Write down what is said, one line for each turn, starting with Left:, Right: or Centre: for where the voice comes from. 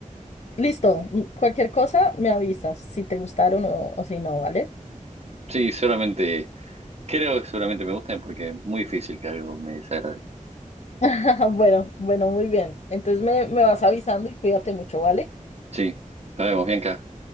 Left: Listo, m- cualquier cosa me avisas si te gustaron o, o si no, ¿vale?
Right: Sí, seguramente, creo que seguramente me gusta porque es muy difícil que algo me desagrade.
Left: <laughs> Bueno, bueno, muy bien. Entonces me, me vas avisando y cuídate mucho, ¿vale?
Right: Sí, nos vemos, Bianca.